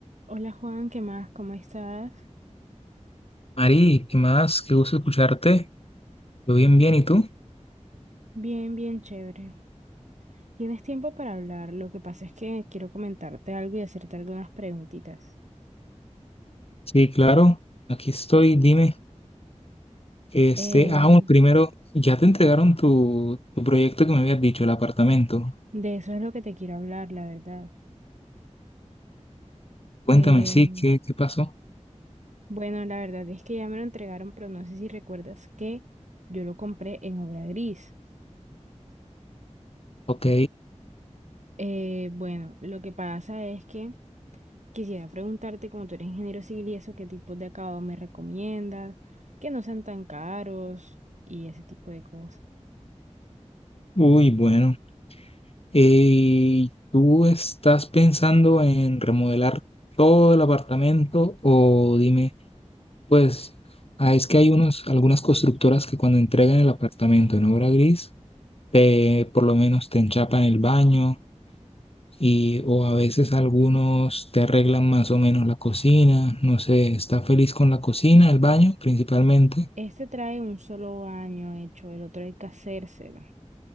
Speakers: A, on the right; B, on the left.
A: Hola Juan, ¿qué más? ¿Cómo estás?
B: Mari, ¿qué más? Qué gusto escucharte. Yo bien, bien, ¿y tú?
A: Bien, bien chévere. ¿Tienes tiempo para hablar? Lo que pasa es que quiero comentarte algo y hacerte algunas preguntitas.
B: Sí, claro, aquí estoy, dime. Este,
A: Eh,
B: ah, bueno, primero, ya te entregaron tu, tu proyecto que me habías dicho, el apartamento.
A: de eso es lo que te quiero hablar, la verdad.
B: Cuéntame,
A: Eh,
B: sí, ¿qué, qué pasó?
A: bueno, la verdad es que ya me lo entregaron, pero no sé si recuerdas que yo lo compré en obra gris.
B: Ok,
A: Eh, bueno, lo que pasa es que quisiera preguntarte, como tú eres ingeniero civil y eso, ¿qué tipos de acabado me recomiendas? Que no sean tan caros y ese tipo de cosas.
B: uy, bueno. Eh, ¿tú estás pensando en remodelar todo el apartamento o dime, pues, ah, es que hay unos, algunas constructoras que cuando entregan el apartamento en obra gris, te, por lo menos te enchapan el baño y o a veces algunos te arreglan más o menos la cocina, no sé, ¿está feliz con la cocina, el baño principalmente?
A: Este trae un solo baño hecho, el otro hay que hacérselo.